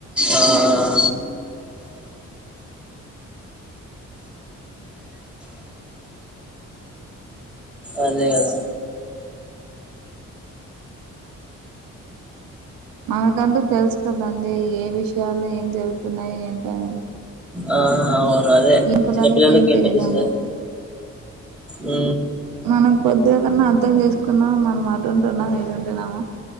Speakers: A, in the centre; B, on the right.
A: ఆ అదే కదా
B: మనకంటూ తెలుసు కదండి ఏ విషయాలు ఏం జరుగుతున్నాయి ఏంటనేది
A: ఆ అవు అదే
B: పిల్లలకి
A: చిన్నపిల్లలకి
B: ఏం
A: ఎండ
B: తెలియడం
A: డిస్టెం
B: లేదు
A: ఉ
B: మనం కొద్దిగా కన్నా అర్థం చేసుకున్నా మనం అటు ఉంటున్నాము ఇటుంటున్నాము